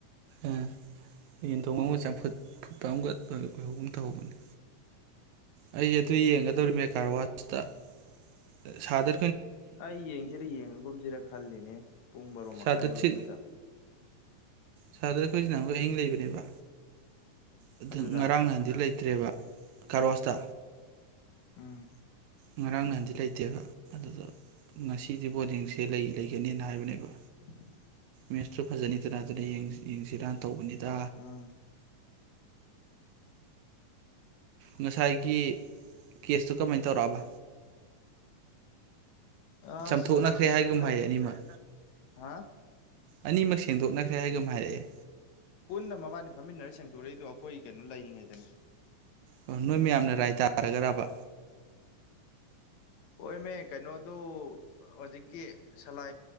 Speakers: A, on the right; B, on the left.
A: ꯎꯝ ꯌꯦꯟꯊꯣꯡ ꯑꯃꯒ ꯆꯝꯐꯨꯠ ꯐꯨꯠꯄ ꯑꯃꯒ ꯑꯣꯏꯍꯧꯒꯨꯝ ꯇꯧꯍꯧꯕꯅꯦ ꯑꯩ ꯑꯗꯨ ꯌꯦꯡꯒꯗꯧꯔꯤꯃꯦ ꯀꯥꯔꯋꯥꯁꯇꯗ
B: ꯑꯩ ꯌꯦꯡꯁꯤꯔ ꯌꯦꯡꯉꯒꯨꯝꯁꯤꯔ ꯈꯜꯂꯤꯅꯦ ꯄꯨꯡ ꯕꯥꯔꯣ ꯃꯈꯥꯏꯗꯨꯗ
A: ꯁꯥꯗꯔꯁꯤ ꯁꯥꯔꯗ ꯑꯩꯈꯣꯏ ꯍꯧꯖꯤꯅꯥ ꯑꯃꯨꯈꯛ ꯑꯍꯤꯡ ꯂꯩꯕꯅꯦꯕ ꯑꯗꯨ
B: ꯑꯗꯨꯗ
A: ꯉꯔꯥꯡ ꯅꯍꯥꯟꯗꯤ ꯂꯩꯇ꯭ꯔꯦꯕ ꯀꯥꯔꯣ ꯋꯥꯁꯇ
B: ꯑꯥ
A: ꯉꯔꯥꯡ ꯅꯍꯥꯟꯗꯤ ꯂꯩꯇꯦꯕ ꯑꯗꯨꯗ ꯉꯁꯤꯗꯤ ꯕꯣꯔꯗꯤꯡꯁꯦ ꯂꯩ ꯂꯩꯒꯅꯦꯅ ꯍꯥꯏꯕꯅꯦꯕ
B: ꯎꯝ
A: ꯃꯦꯠꯁꯇꯨ ꯐꯖꯅꯤꯗꯅ ꯑꯗꯨꯅ ꯌꯦꯡꯁꯤ ꯔꯥꯟ ꯇꯧꯕꯅꯤꯗ
B: ꯑꯥ
A: ꯉꯁꯥꯏꯒꯤ ꯀꯦꯁꯇꯨ ꯀꯃꯥꯏꯅ ꯇꯧꯔꯛꯑꯕ
B: ꯑ
A: ꯆꯥꯝꯊꯣꯛꯅꯈ꯭ꯔꯦ
B: ꯁ ꯂꯣꯁꯤꯅꯗ
A: ꯍꯥꯏꯒꯨꯝ ꯍꯥꯏꯌꯦ ꯑꯅꯤꯃꯛ
B: ꯍꯥ
A: ꯑꯅꯤꯃꯛ ꯁꯦꯡꯗꯣꯛꯅꯈ꯭ꯔꯦ ꯍꯥꯏꯒ ꯑꯃ ꯍꯥꯏꯔꯛꯑꯦ
B: ꯄꯨꯟꯅ ꯃꯕꯥꯅꯤ ꯐꯝꯃꯤꯟꯅꯔ ꯁꯦꯡꯗꯣꯔꯛꯏꯗꯣ ꯑꯩꯈꯣꯏ ꯀꯩꯅꯣ ꯂꯩꯔꯤꯉꯩꯗꯅꯦ
A: ꯑꯣ ꯅꯣꯏ ꯃꯌꯥꯝꯅ ꯔꯥꯏ ꯇꯥꯔꯒ꯭ꯔꯕ
B: ꯍꯣꯏꯃꯦ ꯀꯩꯅꯣꯗꯨ ꯍꯧꯖꯤꯛꯀꯤ ꯁꯂꯥꯏ